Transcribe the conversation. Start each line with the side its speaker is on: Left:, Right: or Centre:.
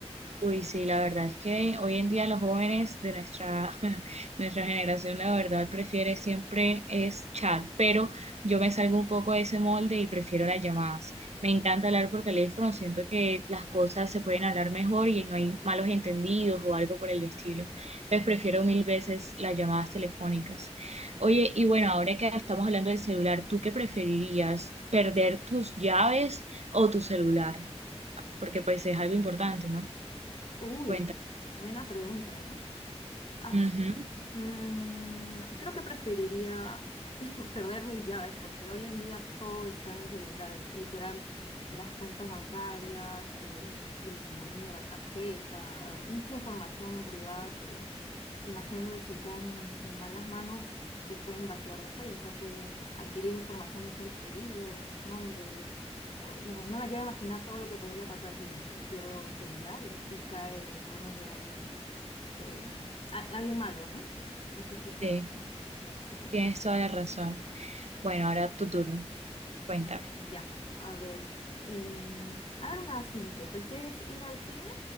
Right: Uy, sí, la verdad es que hoy en día los jóvenes de nuestra, <laughs> nuestra generación, la verdad, prefiere siempre es chat, pero yo me salgo un poco de ese molde y prefiero las llamadas. Me encanta hablar por teléfono, siento que las cosas se pueden hablar mejor y no hay malos entendidos o algo por el estilo. Entonces prefiero mil veces las llamadas telefónicas. Oye, y bueno, ahora que estamos hablando del celular, ¿tú qué preferirías? ¿Perder tus llaves o tu celular? Porque pues es algo importante, ¿no?
Left: Uy,
Right: Cuéntame.
Left: buena pregunta, ¿eh? Ah,
Right: Ujú,
Left: sí. Mm, creo que preferiría <laughs> perder mis llaves porque hoy en día todo está en el celular. en- Literal, las cuentas bancarias, eh, el, número de tarjeta, mucha información privada que imagínate si caen en malas manos, te pueden vaciar la cuenta, pueden adquirir información de seres queridos, nombres. o- no, no me quiero imaginar todo lo que podría pasar si, si pierdo mi celular y, y cae en manos de alguien eh, a- alguien malo, ¿no? Eso sí estaría
Right: Sí,
Left: feo. Sí.
Right: tienes toda la razón. Bueno, ahora tu turno. Cuéntame.
Left: Ya, a ver. eh, a ver, una simple. ¿Prefieres ir al cine